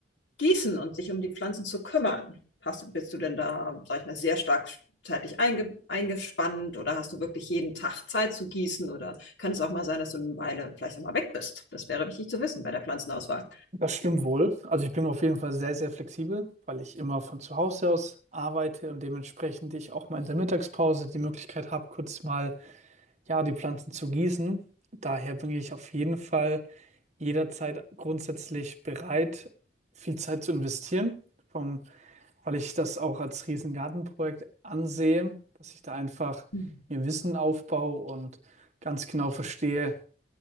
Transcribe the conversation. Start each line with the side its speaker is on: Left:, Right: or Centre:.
Left: Gießen und sich um die Pflanzen zu kümmern? Hast du, bist du denn da, sag ich mal, sehr stark zeitlich einge eingespannt oder hast du wirklich jeden Tag Zeit zu gießen oder kann es auch mal sein, dass du eine Weile vielleicht auch mal weg bist? Das wäre wichtig zu wissen bei der Pflanzenauswahl.
Right: Das stimmt wohl. Also ich bin auf jeden Fall sehr, sehr flexibel, weil ich immer von zu Hause aus arbeite und dementsprechend ich auch mal in der Mittagspause die Möglichkeit habe, kurz mal, ja, die Pflanzen zu gießen. Daher bin ich auf jeden Fall jederzeit grundsätzlich bereit, viel Zeit zu investieren, vom, weil ich das auch als Riesengartenprojekt ansehe, dass ich da einfach
Left: Hm.
Right: mir Wissen aufbaue und ganz genau verstehe,